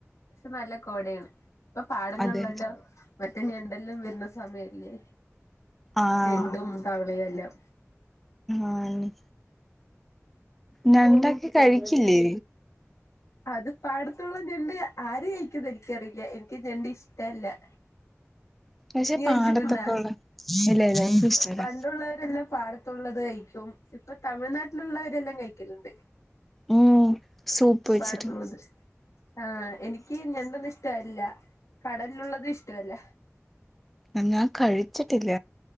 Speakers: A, on the left; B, in the centre.
A: ക്ഷെ നല്ല കോടേണ് ഇപ്പൊ പാടങ്ങൾല്ലെല്ലാം
B: അതെ
A: മറ്റേ ഞെണ്ടെല്ലാം വരുന്ന സമയല്ലേ
B: ആഹ്
A: ഞെണ്ടും തവളയും എല്ലാം
B: ആഞ്ഞ് ഞണ്ടൊക്കെ കഴിച്ചില്ലേ
A: അത് പാടത്തുള്ള ഞണ്ട് ആര് കയിക്കുന്നെൻക്കറീല്ല എൻക്ക് ഞെണ്ട് ഇഷ്ടല്ല
B: പക്ഷെ
A: നീ കയിച്ചിട്ട്ണ്ടോ
B: പാടത്തൊക്കെ ഉള്ള ഇല്ല ഇല്ല എനിക്കിഷ്ടല്ല
A: പണ്ടുള്ളവരെല്ലാം പാടത്ത് പാടത്തുള്ളത് കഴിക്കും ഇപ്പൊ തമിഴ്നാട്ടിലുള്ളവരെല്ലാം കഴിക്കല്ണ്ട്
B: ഉം സൂപ്പ് വെച്ചിട്ട്
A: പാടത്തൂന്നത് ആഹ് എനിക്ക് ഞെണ്ടൊന്നും ഇഷ്ടമല്ല കടലിലുള്ളത് ഇഷ്ടമല്ല
B: ആഹ് ഞാൻ കഴിച്ചിട്ടില്ല